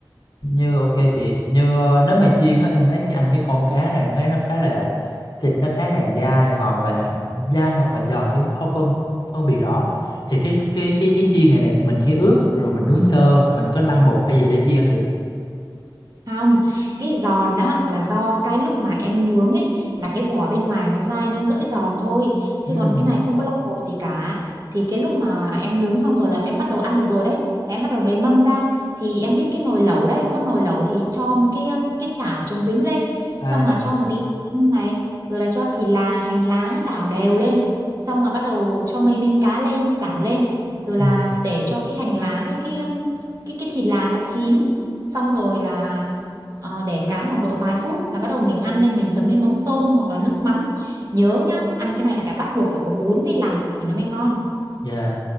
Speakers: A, on the left; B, on the right.
A: như ok chị như ờ, nếu mà chiên á em thấy cái ăn cái con cá này em thấy nó khá là thịt nó khá là dai hoặc là dai hoặc là giòn em cũng không phân phân biệt rõ thì cái cái cái cái chiên này nè mình chỉ ướp rồi mình nướng sơ mình có lăn bột hay gì để chiên không chị
B: Không, cái giòn á là do cái lúc mà em nướng ấy là cái vỏ bên ngoài nó dai nên dễ giòn thôi. Chứ
A: Ừm,
B: còn cái này không có lọc bột gì cả. Thì cái lúc mà em nướng xong rồi là em bắt đầu ăn được rồi đấy. Là em bắt đầu bề mâm ra. Thì em biết cái nồi lẩu đấy, có nồi lẩu thì cho một cái um, cái chảo chống dính lên.
A: à
B: Xong là cho một tí này, rồi là cho thịt là hành lá đảo đều lên. Xong là bắt đầu cho mấy miếng cá lên, đảo lên. Rồi
A: ừm,
B: là để cho cái hành lá với cái um, cái cái thịt là nó chín xong rồi là Ờ, để cá khoảng độ vài phút là bắt đầu mình ăn lên mình chấm với mắm tôm hoặc là nước mắm nhớ nhá ăn cái này là bắt buộc phải có bún với lạc thì nó mới ngon
A: dạ